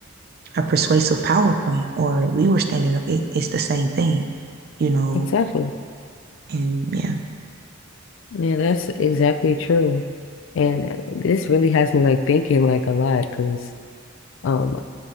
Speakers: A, on the right (about 50°); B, on the left (about 60°).
A: a persuasive PowerPoint or we were standing up, it, it's the same thing, you know?
B: Exactly.
A: And yeah.
B: Yeah, that's exactly true. And this really has me like thinking like a lot because um